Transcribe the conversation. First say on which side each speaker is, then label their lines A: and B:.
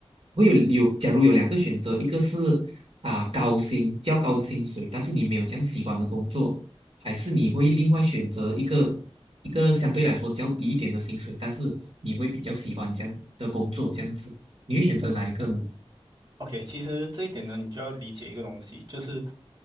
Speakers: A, on the right; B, on the right.
A: 会有有，假如有两个选择，一个是啊、高薪较高的薪水，但是你没有这样喜欢的工作，还是你会另外选择一个一个相对来说较低一点的薪水，但是你会比较喜欢这样的工作，这样子，你会选择哪一个呢？
B: ，OK，其实这一点呢，你就要理解一个东西，就是